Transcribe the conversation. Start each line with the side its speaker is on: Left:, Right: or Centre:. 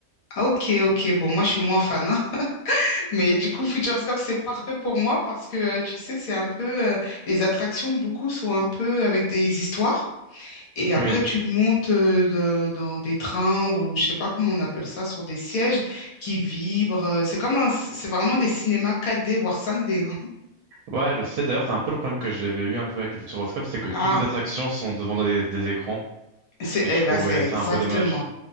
Left: Ah, Ok, ok, bon, moi je suis moins fan, hein. <laughs> Mais du coup, Futuroscope, c'est parfait pour moi parce que, euh, tu sais, c'est un peu, euh, les attractions, beaucoup sont un peu avec des histoires. Et après,
Right: Oui.
Left: tu montes euh, de- dans des trains ou je sais pas comment on appelle ça, sur des sièges qui vibrent. euh, C'est comme un, c'est vraiment des cinémas 4D, voire 5D. hein.
Right: Ouais, je sais. D'ailleurs, c'est un peu le problème que j'avais eu un peu avec le Futuroscope, c'est que toutes
Left: Ah,
Right: les attractions sont devant des des écrans.
Left: c'est,
Right: Et
Left: eh
Right: je trouvais
Left: ben, c'est
Right: ça
Left: exactement.
Right: un peu dommage.